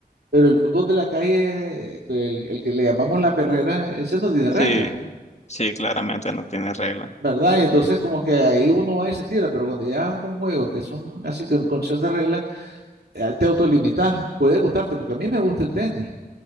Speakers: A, on the right; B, on the left.
A: pero el fútbol de la calle, eh, el, el que le llamamos la perrera, ese no tiene
B: Sí,
A: reglas.
B: sí, claramente no tiene regla.
A: ¿Verdad? Y entonces como que ahí uno va y se tira, pero cuando ya vas con juegos que son así con, con ciertas reglas, eh, te autolimitas, puede gustarte, porque a mí me gusta el tenis,